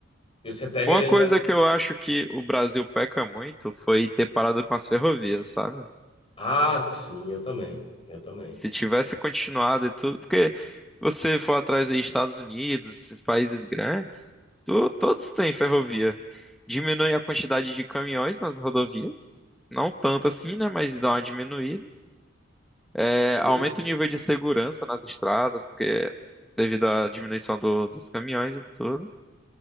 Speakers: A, on the left; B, in the centre.
A: E você pega
B: Uma
A: ele
B: coisa
A: na.
B: que eu acho que o Brasil peca muito foi ter parado com as ferrovias, sabe?
A: Ah, sim, eu também. Eu também.
B: Se tivesse continuado e tudo, porque você for atrás aí Estados Unidos, esses países grandes, tu- todos têm ferrovia. Diminui a quantidade de caminhões nas rodovias, não tanto assim, né? Mas dá uma diminuída. É,
A: Hum?
B: aumenta o nível de segurança nas estradas, porque devido à diminuição do- dos caminhões e tudo.